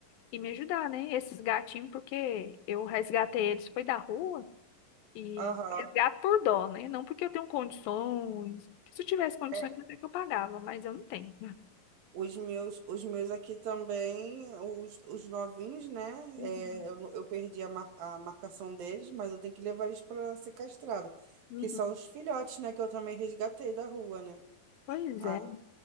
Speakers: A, on the left (about 80°); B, on the right (about 80°).
A: e me ajudar, né? Esses gatinhos, porque eu resgatei eles, foi da rua, e
B: Aham.
A: resgato por dó, né? Não porque eu tenho condições. Se eu tivesse condições,
B: É.
A: até que eu pagava, mas eu não tenho.
B: Os meus, os meus aqui também, os, os novinhos, né?
A: Uhum.
B: É, eu, eu perdi a, mar- a marcação deles, mas eu tenho que levar eles para ser castrada.
A: Uhum.
B: Que são os filhotes, né? Que eu também resgatei da rua, né?
A: Pois
B: Ai,
A: é.